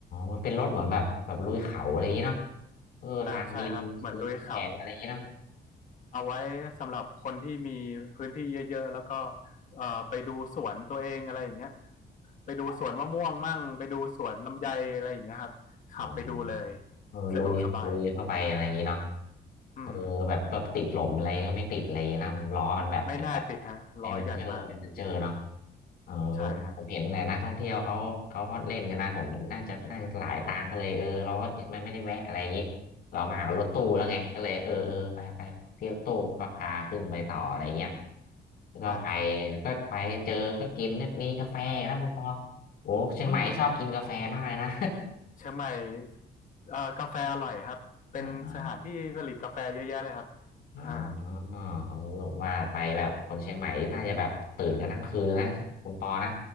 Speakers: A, on the left; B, on the left.
A: มันเป็นรถเหมือนแบบแบบลุยเขาอะไรอย่างนี้เนาะเออทางดินพื้นแฉะอะไรอย่างนี้เนาะ
B: อ่าใช่ครับเหมือนลุยเขา เอาไว้สำหรับคนที่มีพื้นที่เยอะๆแล้วก็เอ่อไปดูสวนตัวเองอะไรอย่างเงี้ยไปดูสวนมะม่วงมั่งไปดูสวนลำไยอะไรอย่างเงี้ยครับขับไปดูเลย
A: อ๋ออ๋อเออลุยลุยเข้าไปอะไรอย่างนี้เนาะ
B: สะดวกสบายอืม
A: เออแบบแบบติดหลมอะไรก็ไม่ติดอะไรอย่างเลยนะนล้อมันแบบเป็นแบบ
B: ไม่น่าติดฮะล้อใหญ่มาก
A: แอดเวนเจอร์แอดเวนเจอร์เนาะเออ
B: ใช่ฮะ
A: ผมเห็นแต่นักท่องเที่ยวเขาเขาก็เล่นกันนะผมน่าจะน่าจะหลายตังค์ก็เลยเออเราก็มันไม่ได้แวะอะไรอย่างนี้เรามากับรถตู้แล้วไงก็เลยเออเออไปไปพี่รถตู้ก็พาขึ้นไปต่ออะไรเงี้ย
B: อืม
A: แล้วก็ไป
B: อ่าครับ
A: ก็ไปเจอก็กินมีกาแฟนะคุณปอโอ้เชียงใหม่ชอบกินกาแฟมากเลยนะ
B: อืมเชียงใหม่เอ่อกาแฟอร่อยครับเป็นสถานที่ผลิตกาแฟเยอะแยะเลยครับ
A: <laughs> อ่า อ๋อ
B: อ่า
A: โอว่าไปแบบคนเชียงใหม่น่าจะแบบตื่นกันทั้งคืนแล้วนะคุณปอนะ